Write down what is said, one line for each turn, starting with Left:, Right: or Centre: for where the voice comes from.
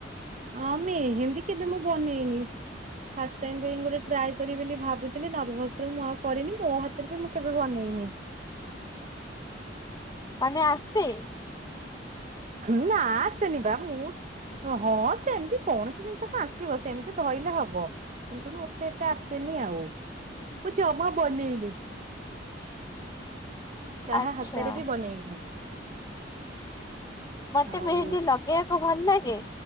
Right: ଆ ମେହେନ୍ଦୀ କେବେ ମୁଁ ବନେଇନି। ଫାଷ୍ଟ୍ ଟାଇମ୍ ଗୋଟେ ଟ୍ରାଏ କରି ବୋଲି ଭାବୁଥିଲି ନର୍ଭସ ରେ ମୁଁ ଆଉ କରିନି ମୋ ଫ ବି ମୁଁ କେବେ ବନେଇନି।
Left: ମାନେ ଆସେ
Right: ନା ଆସେନି ବା ମୁଁ ହଁ ସେମତି କୌଣସି ଜିନିଷ କ ଆସିବ ସେମିତି ଧରିଲେ ହବ କିନ୍ତୁ ମତେ ଏତେ ଆସେନି ନାଇ ଆଉ ମୁ ଜମା ବନେଇନି କାହା
Left: ଆଚ୍ଛା।
Right: ହାତରେ ବି ବନେଇନି।
Left: ମତେ
Right: ଆଉ
Left: ମେହେନ୍ଦୀ ଲଗେଇବାକୁ ଭଲ ଲାଗେ